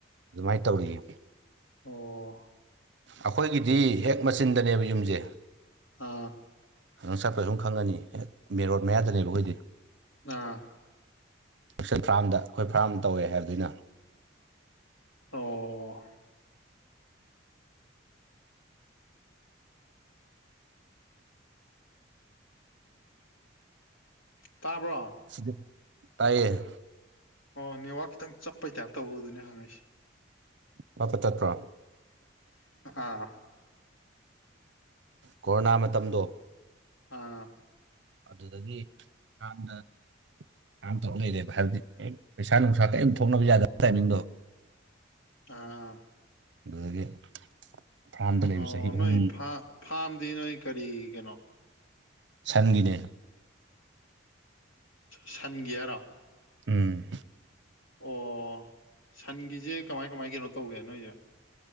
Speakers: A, on the right; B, on the left.
A: ꯑꯗꯨꯃꯥꯏꯅ ꯇꯧꯔꯤꯌꯦ꯫
B: ꯑꯣ
A: ꯑꯈꯣꯏꯒꯤꯗꯤ ꯍꯦꯛ ꯃꯆꯤꯟꯗꯅꯦꯕ ꯌꯨꯝꯁꯦ꯫
B: ꯑꯥ꯫
A: ꯅꯪ ꯆꯠꯄ ꯁꯨꯝ ꯈꯪꯉꯅꯤ ꯍꯦꯛ ꯃꯦꯟ ꯔꯣꯠ ꯃꯌꯥꯗꯅꯦꯕ ꯑꯩꯈꯣꯏꯗꯤ꯫
B: ꯑꯥ꯫
A: ꯄꯁꯟ ꯐꯥꯔꯝꯗ ꯑꯩꯈꯣꯏ ꯐꯥꯔꯝ ꯇꯧꯋꯦ ꯍꯥꯏꯕꯗꯣ ꯑꯩꯅ
B: ꯑꯣ ꯇꯥꯕ꯭ꯔꯣ
A: ꯁꯤꯗꯤ ꯇꯥꯏꯌꯦ
B: ꯑꯣ ꯅꯦꯠꯋꯥꯛ ꯈꯤꯇꯪ ꯆꯠꯄꯩ ꯇꯥꯏꯞꯇ ꯇꯧꯕ ꯑꯗꯨꯅꯦ ꯍꯪꯉꯛꯏꯁꯦ
A: ꯄꯠ ꯄꯠ ꯇꯠꯄ꯭ꯔꯣ
B: ꯑꯥ
A: ꯀꯣꯔꯣꯅꯥ ꯃꯇꯝꯗꯣ꯫
B: ꯑꯥ꯫
A: ꯑꯗꯨꯗꯒꯤ <unintelligible> ꯑꯗꯨꯃꯥꯏ ꯇꯧ ꯂꯩꯔꯦꯕ ꯍꯥꯏꯕꯗꯤ ꯄꯩꯁꯥ ꯅꯨꯡꯁꯥ ꯀꯩꯝ ꯊꯣꯛꯅꯕ ꯌꯥꯗꯕ ꯇꯥꯏꯃꯤꯡꯗꯣ꯫
B: ꯑꯥ ꯑꯥ꯫
A: ꯑꯗꯨꯗꯒꯤ꯫ ꯐꯥꯔꯝꯗ ꯂꯩꯕ
B: ꯑꯣ
A: ꯆꯍꯤ
B: ꯅꯣꯏ
A: ꯑꯍꯨꯝ
B: ꯐꯥꯝꯗꯤ ꯅꯣꯏ ꯀꯔꯤ ꯀꯩꯅꯣ꯫
A: ꯁꯟꯒꯤꯅꯦ
B: ꯁꯟꯒꯤ ꯍꯥꯏꯔꯣ꯫
A: ꯎꯝ꯫
B: ꯑꯣ ꯁꯟꯒꯤꯁꯦ ꯀꯃꯥꯏ ꯀꯃꯥꯏ ꯀꯩꯅꯣ ꯇꯧꯒꯦ ꯅꯣꯏꯁꯦ꯫